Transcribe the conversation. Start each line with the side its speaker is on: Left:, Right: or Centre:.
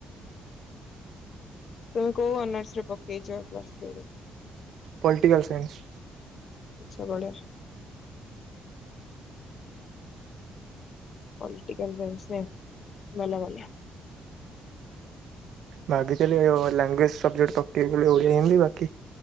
Left: <inaudible> କୋଉ ଅନର୍ସ ରେ ପକେଇଯ ପ୍ଲସ୍ ସେ
Right: ପଲିଟିକଲ ସାଇନ୍ସ।
Left: ଆଛା ବଢ଼ିଆ। ପଲିଟିକଲ ଫସ ଭଲା ଭଲା।
Right: ଭାବିଥିଲି ଲାଙ୍ଗୁଏଜ ସବଜେକ୍ଟ ପକେଇଗଲେ ଓଡ଼ିଆ ହିନ୍ଦୀ ବାକି